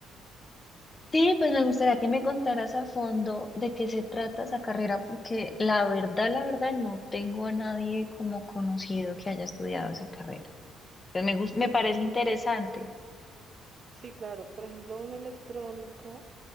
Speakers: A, on the left (about 30°); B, on the right (about 45°).
A: Sí, pues me gustaría que me contaras a fondo de qué se trata esa carrera, porque la verdad, la verdad, no tengo a nadie como conocido que haya estudiado esa carrera. Pues me gus-
B: Sí,
A: me parece interesante.
B: Sí, claro. Por ejemplo, un electrónico